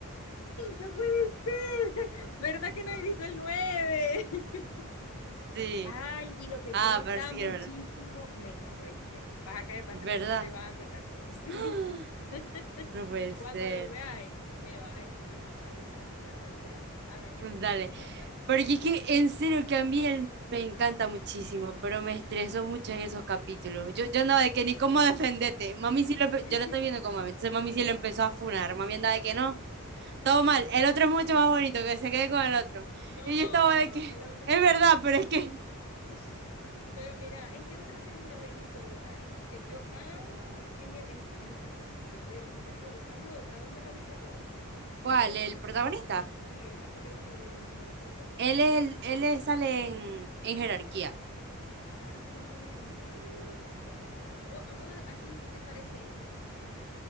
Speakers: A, on the left; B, on the right.
A: No puede ser. <laughs> ¿Verdad que no he visto el 9? <laughs>
B: <laughs> Sí.
A: Ay, y lo que
B: Ah,
A: viene está
B: ver si
A: muchísimo
B: quiero verla.
A: mejor, ¿oíste? Vas a caer para
B: ¿Verdad?
A: atrás. Te vas a cortar miedo. Sí.
B: ¡Ah!
A: <laughs>
B: No puede
A: Cuando
B: ser.
A: lo veas, me vas a escribir, me vas a avisar. Me vas a decir, ah, a ver qué
B: Pues
A: te pareció
B: Dale.
A: la parte.
B: Porque
A: <laughs>
B: es que en serio que a mí él me encanta muchísimo, pero me estresó mucho en esos capítulos. Yo, yo andaba
A: Sí.
B: de que ni cómo defenderte. Mami sí lo empe-
A: <laughs>
B: yo lo estoy viendo con mami. Entonces mami sí lo empezó a funar. Mami andaba de que no, todo mal. El otro es mucho más bonito, que se quede con el otro.
A: No,
B: Y yo estaba de que,
A: el otro
B: es
A: no.
B: verdad, pero es que.
A: Es- Pero mira, ¿en qué otra serie lo habéis visto vos ahí? Porque yo, ah, en, Her- en- no sé si está en Herederos, no me acuerdo. Hay otra, ¿dónde lo viste vos?
B: ¿Cuál?
A: Él me,
B: ¿El protagonista?
A: sí, él me parece de otra. ¿De cuál fue que
B: Él
A: la vimos?
B: es el, él es- sale en, en jerarquía.
A: Ah, ok, ya. ¿Vos- ¿A, vos- a quién se te parece ella?